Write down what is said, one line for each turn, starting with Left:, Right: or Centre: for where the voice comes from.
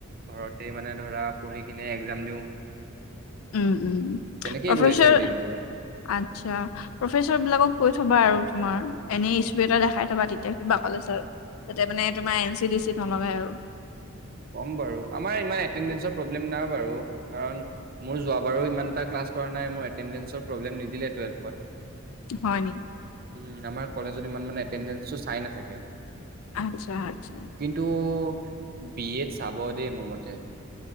Right: ঘৰতে মানে ধৰা পঢ়ি কিনে এক্জাম দিওঁ।
Left: উম উম
Right: তেনেকেই
Left: প্ৰফেচৰ
Right: গৈ আছে আৰু দিনবোৰ
Left: আচ্ছা প্ৰফেছৰ বিলাকক কৈ থবা আৰু তোমাৰ এনে। ত এটা দেখাই থবা তেতিয়া কিবা ক'লে চ যাতে মানে তোমাৰ এন চি ডি চি নলগাই আৰু।
Right: ক'ম বাৰু আমাৰ ইমান এটেণ্ডেঞ্চৰ প্ৰব্লেম নাই বাৰু কাৰণ মোৰ যোৱাবাৰো ইমান এটা ক্লাছ কৰা নাই মোৰ এটেণ্ডেঞ্চৰ প্ৰব্লেম নিদিলে টুৱেলভত।
Left: হয় নি
Right: উম আমাৰ। কলেজত ইমান মানে এটেণ্ডেঞ্চটো চাই নাথাকে।
Left: আচ্ছা আচ্ছা
Right: কিন্তু। উম বি এড চাব দেই মোৰ মতে।